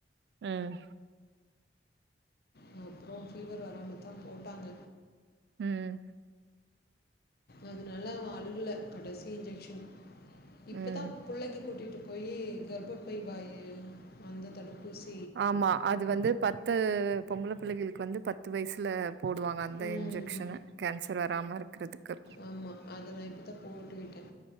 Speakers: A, on the right; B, on the left.
A: ம்
B: ஆ அப்றோ ஃபீவர் வராமதா போட்டாங்க
A: ம்
B: அதுனால அவன் அழுல கடசி இன்ஜெக்ஷன் இப்புத்தா
A: ம்.
B: புள்ளைக்கு கூட்டிட்டு போயி கர்ப்பப்பை வாய்யே வந்து தடுப்பூஸ்
A: ஆமா அது வந்து பத்து பொம்பள பிள்ளைகள்க்கு வந்து பத்து வய்சுல போடுவாங்க அந்த
B: ம்
A: இன்ஜெக்ஷனு கேன்சர் வராம இருக்றத்துக்கு
B: ஆமா அத நா இப்புத்தா போட்டு விட்டே